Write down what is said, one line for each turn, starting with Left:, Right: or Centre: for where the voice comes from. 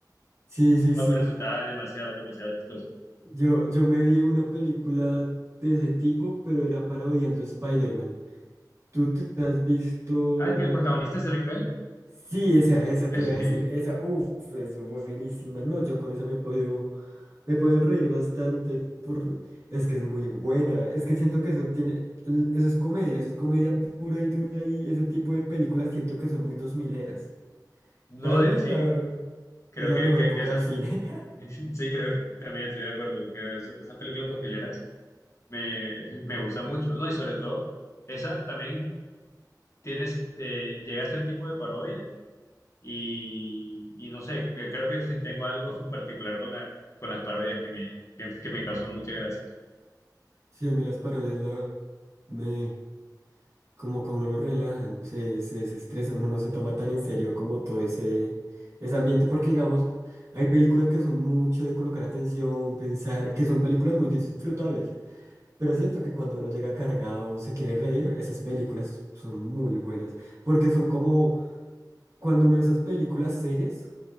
Right: Sí, sí,
Left: pues
Right: sí.
Left: me resultaba demasiado, demasiado chistoso.
Right: Yo, yo me vi una película de ese tipo, pero era parodiando a Spider-Man. ¿Tú te has visto?
Left: Ah, que el protagonista es Drake Bell.
Right: Sí, esa, esa
Left: <laughs>
Right: te iba
Left: Sí.
Right: a decir. Esa, uff, es buenísima. No, yo con esa me he podido, me he podido reír bastante. Por... Es que es muy buena. Es que siento que eso tiene, l- eso es comedia, eso es comedia pura y dura y ese tipo de películas siento que son muy dos mileras.
Left: No,
Right: Para
Left: de
Right: mí
Left: sí,
Right: la...
Left: creo
Right: es la
Left: que,
Right: mejor
Left: que,
Right: época
Left: que esa
Right: del cine. <laughs>
Left: <laughs> sí, creo que también estoy de acuerdo, que esa- esas películas dos mileras me, <laughs> me gusta mucho, ¿no? Y sobre todo, esa también tienes, de llega a ser tipo de parodia Y, y no sé, que creo que <laughs> tengo algo particular con la, con las parodias que me, que, que me causó mucha gracia.
Right: Sí, a mí las parodias la... me como que a uno lo relajan, se, se desestresa, uno no se toma tan en serio como todo ese, ese ambiente, porque digamos, hay películas que son mucho de colocar atención, pensar, que son películas muy disfrutables, pero siento que cuando uno llega cargado, se quiere reír, esas películas son muy buenas, porque son como cuando uno de esas películas serias